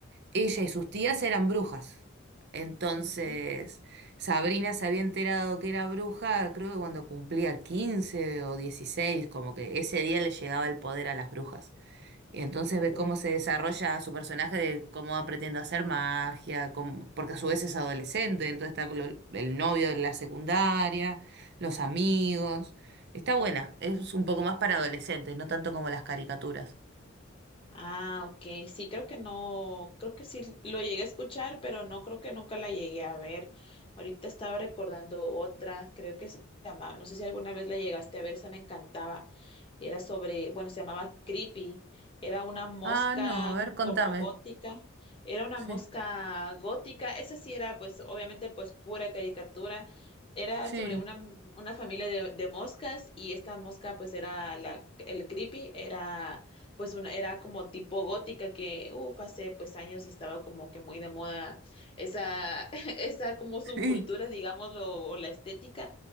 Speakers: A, on the right; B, on the left.
A: Ella y sus tías eran brujas. Entonces,
B: ujú.
A: Sabrina se había enterado que era bruja, creo que cuando cumplía 15 o dieciséis como que ese día le llegaba el poder a las brujas. Y entonces
B: Oh.
A: ve cómo se desarrolla su personaje de cómo va aprendiendo a hacer magia, cómo- porque a su vez es adolescente, entonces está con lo- el novio de la secundaria, los amigos. Está buena, es un poco más para adolescentes, no tanto como las caricaturas.
B: Ah, ok. Sí, creo que no, creo que sí lo llegué a escuchar, pero no creo que nunca la llegué a ver. Ahorita estaba recordando otra, creo que se llamaba, no sé si alguna vez la llegaste a ver, esa me encantaba. Y era sobre, bueno, se llamaba Creepy. Era una mosca
A: Ah, no, a ver, contame.
B: como gótica. Era una
A: Sí,
B: mosca gótica. Esa sí era, pues, obviamente, pues, pura caricatura. Era
A: sí.
B: sobre una, una familia de, de moscas y esta mosca, pues, era la, el Creepy, era pues una, era como tipo gótica que, uff, hace pues años estaba como que muy de moda esa, <laughs> esa como
A: Sí,
B: subcultura, digámoslo, o la estética,